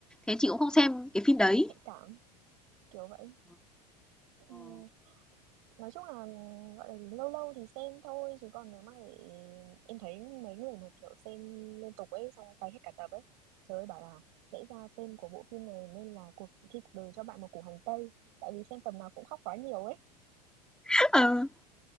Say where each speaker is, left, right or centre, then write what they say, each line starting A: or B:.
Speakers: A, in the centre; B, on the right (about 60°).
A: thế chị cũng không xem cái phim đấy.
B: nhạy cảm kiểu vậy
A: ờ,
B: Ừ,
A: ờ.
B: nói chung là ừm, gọi là gì, lâu lâu thì xem thôi chứ còn nếu mà để em thấy mấy người mà kiểu xem liên tục ấy xong cày hết cả tập ấy trời ơi bảo là lẽ ra tên của bộ phim này nên là cuộc khi cuộc đời cho bạn một củ hành tây tại vì xem tập nào cũng khóc quá nhiều ấy
A: <laughs> ừ,